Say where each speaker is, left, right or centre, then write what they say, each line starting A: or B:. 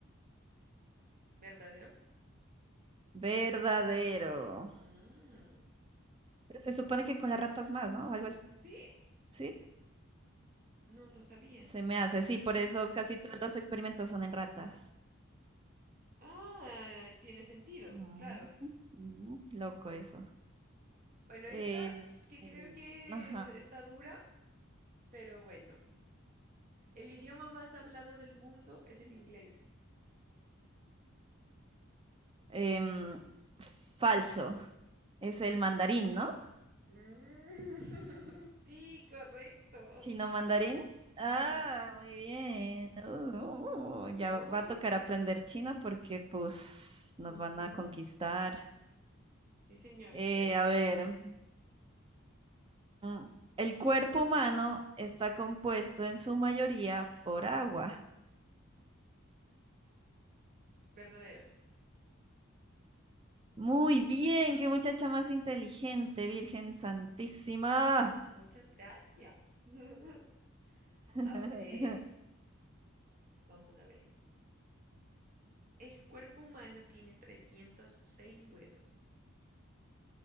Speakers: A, on the right; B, on the right.
A: ¿Verdadero?
B: Verdadero.
A: Mm,
B: Pero se supone que con las ratas más, ¿no? O algo así.
A: Sí,
B: ¿sí?
A: no, no sabía.
B: Se me hace, sí, por eso casi todos los experimentos son en ratas.
A: Ah, tiene sentido,
B: Mm,
A: claro.
B: mm, Loco eso.
A: Bueno,
B: Eh,
A: esta que
B: eh,
A: creo que
B: ajá.
A: está dura, pero bueno. El idioma más hablado del mundo es el inglés.
B: Em, falso. Es el mandarín, ¿no?
A: Mm, <laughs> Sí, correcto.
B: ¿Chino mandarín? Ah,
A: Ujú.
B: muy bien. Uh, uh, uh, ya
A: Muy.
B: va a tocar aprender chino porque pues nos
A: ujú.
B: van a conquistar.
A: Sí, señorita.
B: Eh, a ver, mm, mm, el cuerpo humano está compuesto en su mayoría por agua.
A: Verdadero.
B: Muy bien, qué muchacha más inteligente, Virgen Santísima.
A: Muchas gracias. <laughs>
B: <laughs>
A: A ver, vamos a ver. El cuerpo humano tiene 306 huesos.